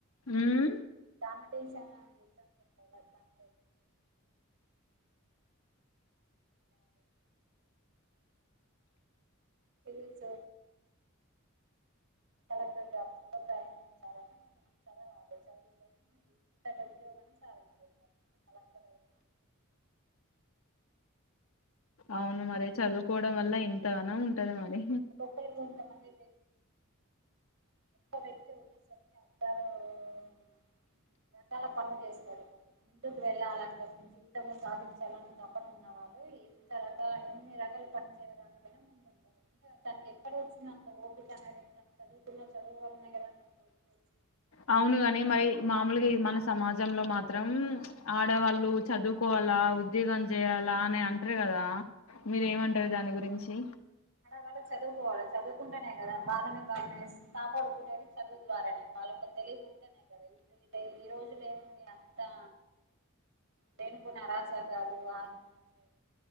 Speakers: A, on the left; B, on the right.
A: ఉమ్
B: కాంపిటీషన్ అనేది ఉంటుంది కదా <inaudible> <inaudible> సివిల్స్ <inaudible> కలెక్టర్ జాబ్స్ కూడా ప్రయాణించాల ముందు <inaudible> <unintelligible> సాధించారు కలెక్టర్ అ <inaudible>
A: అవును మరి చదువుకోవడం వల్ల ఇంతగ నం ఉంటది మరి
B: ఒక్కొక్కరికి ఒకటి ఉంటది గొప్ప వ్యక్తి వచ్చే సరికి <unintelligible> రకాల పన్లు జేస్తారు ఏమో మీరు ముందుకు వెళ్ళాలంటే జీవితంలో సాధించాలని తప్పన ఉన్న వాళ్ళు ఇంత రకాల ఎన్ని రకాలు పని చేయడానికైన మ తనకి ఎక్కడ వచ్చింది అంత ఓపిక అనేది తను చదువుకున్న చదువు వల్లనే కదా తన ఓపిక వచ్చింది.
A: అవునుగాని మరి మాములుగా ఇది మన సమాజంలో మాత్రం ఆడవాళ్ళు చదువుకోవాల్ ఇలా ఉద్యోగం చేయాలా అని అంటర్రు కదా మీరు ఏమంటారు దాని గురించి
B: వాళ్ళు చదువుకోవాలి చదువుకుంటేనే కదా వాళ్ళని వాళ్ళే స్ కాపాడుకునేది చదువు ద్వారానే వాళ్ళకు తె తెలివి ఉంటేనే కదా ఇప్పుడు ఈ రోజుల్లో ఏముంది అంతా లేనిపోని అరాచకాలు ఆ ఆత్మహత్యలు